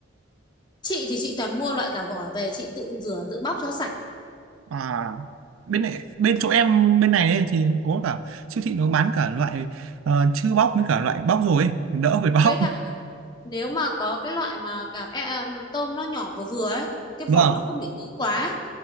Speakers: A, on the left; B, on the right.
A: Chị thì chị toàn mua loại cả vỏ về chị tự rửa tự bóc cho sạch
B: à bên này bên chỗ em bên này ấy, thì có cả siêu thị nó bán cả loại ờ, chưa bóc với cả loại bóc rồi ấy, đỡ phải <laughs> bóc
A: với cả là nếu mà có cái loại mà cảm e- à, tôm nó nhỏ vừa vừa ấy cái
B: vâng
A: vỏ nó không bị cứng quá